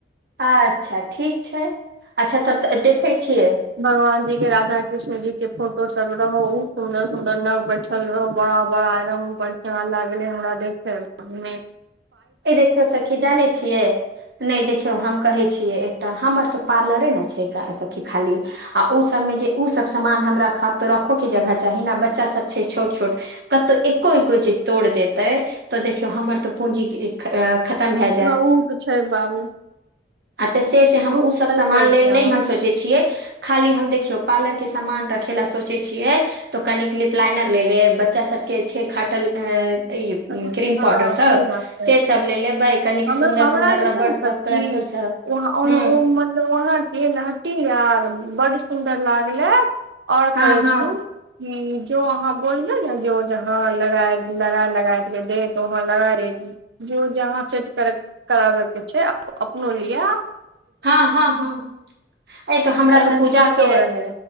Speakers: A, on the right (about 60°); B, on the right (about 80°).
A: अच्छा ठीक छै। अच्छा, तब तऽ देखै छियै।
B: भगवानजी के राधा कृष्ण जी के फोटो सभ रहो सुंदर सुंदर नग बैठ। बड़ा बड़ा एकदम बढ़ लागले हमरा डेखेमे
A: ए देखियौ सखी जानै छियै। नहि देखियौ हम कहै छियै एकटा हमर तऽ पार्लरे ने छै, खाली। आ ओ सभमे जे उसब सामान हम राखब तऽ राखोके जगह चाही ने बच्चा सभ छै, छोट छोट कतौ एक्को एक्को जे तोड़ देतै तऽ देखियौ हमर तऽ पूंजी। खतम भए जायत
B: हँ ओ तऽ छै बाबू
A: तऽ से हम ओ
B: तऽ
A: सभ
B: सही
A: समान
B: कहै
A: लेल
B: छी
A: नहि
B: अहाँ
A: हम सच। सोच छियै खाली हम देखियौ पार्लर के सामान रखे ला सोचै छियै। तऽ कनिक लिपलाइनर लेेे लेब बच्चा सबके छै खाटल ए ई
B: हँ
A: क्रीम पाउडर
B: सही
A: सभ
B: बात कहै छै
A: सभ ले लेबै कनिक
B: हम
A: सुन्दर
B: हमरा
A: सुन्दर
B: जे
A: रबड़
B: छै ने सखी
A: सभ कलचर सभ
B: वहाँ ओ
A: ह
B: मतलब वाहके लहटी आर बड्ड सुंन्दर लागलै और
A: हँ
B: कहै
A: हँ
B: छू कि जो अहाँ बोलले ने जो जहाँ लड़ाई लड़ाए। राति भेलै तोहो लगा रहे छै। जो जहाँ सेट करब कराबके छै, अपनो लिआ
A: हँ, हँ अए तो हमरा
B: एहन
A: तऽ पूजाके
B: सिस्टम रहे